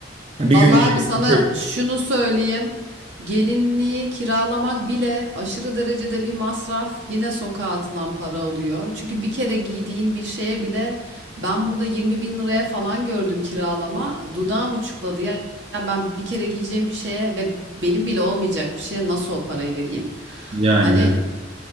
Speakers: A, on the right; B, on the right.
A: Bir
B: Vallahi
A: gün <laughs>
B: abi sana şunu söyleyeyim. Gelinliği kiralamak bile aşırı derecede bir masraf. Yine sokağa atılan para oluyor. Çünkü bir kere giydiğin bir şeye bile ben burada 20 bin liraya falan gördüm kiralama. Dudağım uçukladı. Ya, ya ben bir kere giyeceğim bir şeye ve benim bile olmayacak bir şeye nasıl o parayı vereyim?
A: yani.
B: Hani
A: evet.